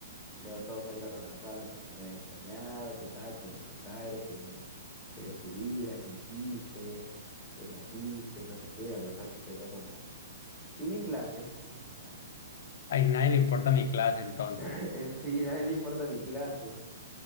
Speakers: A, in the centre; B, on the left.
A: luego todos salieron a abrazarme porque me habían extrañado, ¿qué tal? ¿Cómo estás, Jairo? ¿Qué, qué de tu vida? ¿Qué hiciste? ¿Qué trajiste? Y No sé qué, la profesora se quedó como... ¿Y mi clase? <laughs>
B: A nadie le importa mi clase entonces.
A: <laughs> Eh, Sí, nadie le importa mi clase.